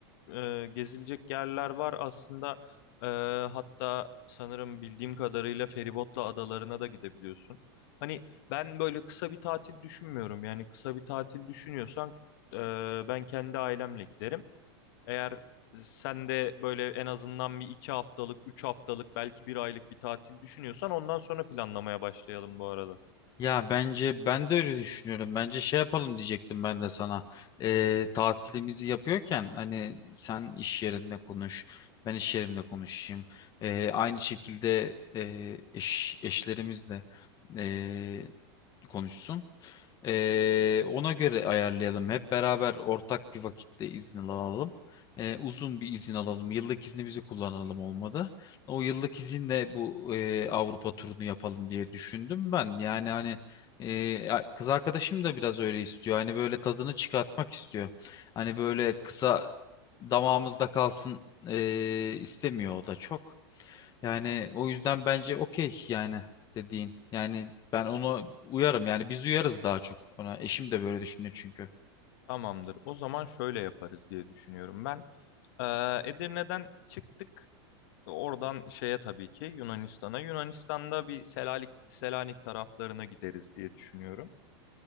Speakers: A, on the left (about 55°); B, on the left (about 30°).
A: e, gezilecek yerler var aslında. E, hatta sanırım bildiğim kadarıyla feribotla adalarına da gidebiliyorsun. Hani ben böyle kısa bir tatil düşünmüyorum. Yani kısa bir tatil düşünüyorsan e, ben kendi ailemle giderim. Eğer sen de böyle en azından bir iki haftalık, üç haftalık, belki bir aylık bir tatil düşünüyorsan ondan sonra planlamaya başlayalım bu arada.
B: Ya bence ben de öyle düşünüyorum. Bence şey yapalım diyecektim ben de sana. Ee, tatilimizi yapıyorken hani sen iş yerinde konuş, ben iş yerimde konuşayım. Ee, aynı şekilde e, eş, eşlerimiz de e, konuşsun. Ee, ona göre ayarlayalım. Hep beraber ortak bir vakitte izin alalım. Ee, uzun bir izin alalım. Yıllık iznimizi kullanalım olmadı. O yıllık izinle bu e, Avrupa turunu yapalım diye düşündüm ben. Yani hani e, a- kız arkadaşım da biraz öyle istiyor. Hani böyle tadını çıkartmak istiyor. Hani böyle kısa damağımızda kalsın e, istemiyor o da çok. Yani o yüzden bence okey yani dediğin. Yani ben ona uyarım. Yani biz uyarız daha çok ona. Eşim de böyle düşünüyor çünkü.
A: Tamamdır. O zaman şöyle yaparız diye düşünüyorum ben. Ee, Edirne'den çıktık. Oradan şeye tabii ki Yunanistan'a. Yunanistan'da bir Selanik, Selanik taraflarına gideriz diye düşünüyorum.